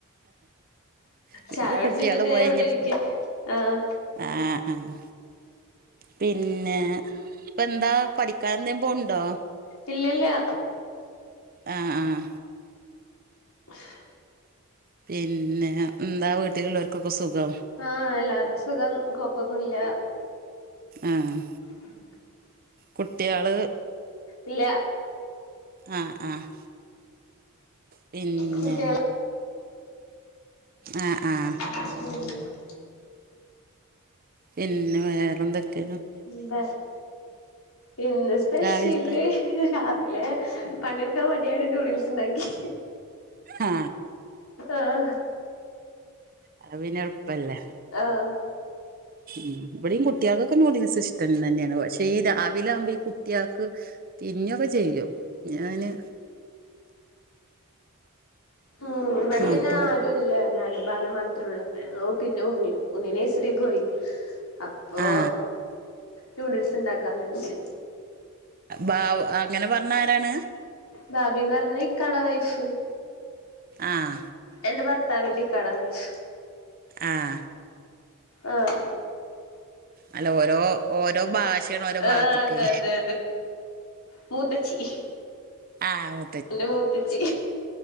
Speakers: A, on the right; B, on the left.
A: പിന്നെപ്പോ
B: ചായകുടിച്ചിട്ട്
A: കുട്ടികള്
B: തേ
A: പോയഴിഞ്ഞപ്പോ
B: ഇവടെ ഇരിക്കാ ആഹ്
A: ആഹ് ആഹ് പിന്നെ ഇപ്പെന്താ പഠിക്കാൻ എന്തേം പോവുണ്ടോ
B: ഇല്ല ല്ല്യ
A: ആഹ് ആഹ്
B: <inaudible>
A: പിന്നെ ഇന്താ വീട്ടിലുള്ളോര്ക്കൊക്കെ സുഖം
B: ആഹ് എല്ലാര്ക്കു സുഖം കൊയപ്പൊന്നുല്ല്യ
A: ആഹ്
B: <inaudible>
A: കുട്ട്യാള്
B: ഇല്ലാ
A: ആഹ് ആഹ് പിന്നേ
B: കുട്ടികള
A: ആഹ് ആഹ്
B: ഉം
A: പിന്നെ വേറെന്തെക്കെ
B: ഇന്താ ഇന്ന് സ്പെഷ്യല്
A: രാവിൽത്തെ
B: രാവിലെ പണിയെടുക്കാൻ മടിയായോണ്ട് നൂഡിൽസ് ഇണ്ടാക്കി
A: ആ
B: ആഹ്
A: അത് പിന്നെ എളപ്പല്ലേ.
B: ആഹ
A: ഉം ഇവിടെയും കുട്ടികൾക്കെ നുഡിൽസ് ഇഷ്ടം തന്നെയാണ്. പക്ഷെ ഈ രാവിലെ ആകുമ്പോ ഈ കുട്ടികൾക്ക് തിന്നൊക്കെ ചെയ്യും ഞാന്
B: ഉം ഇവിടെ പിന്നെ
A: അപ്പം
B: ആരുല്ല ഞാനും ബവയും മാ ത്രേ ഉള്ളു പിന്നെ ഉണ്ണി ഉണ്ണിനഴസരി പോയി അപ്പൊ
A: ആ
B: നൂഡിൽസ് ഉണ്ടാക്കാന്ന് വച്ച്
A: ബാവ അങ്ങനെ പറഞ്ഞ ആരാണ്?.
B: ഭാബീന്ന് പറഞ്ഞ ഇക്കാടെ വൈഫ്.
A: ആഹ
B: എൻ്റെ ഭർത്താവിൻ്റെ വ ഇക്കടെ വൈഫ്.
A: ആഹ്
B: ആഹ
A: അല്ല ഓരോ ഓരോ ഭാഷയാണ് ഓരോ
B: ആഹ്
A: ഭാഗത്തക്കേ
B: അതെ അതെ മൂത്തച്ചി.
A: ആ് ഓ
B: എന്റെ മൂത്തച്ചി,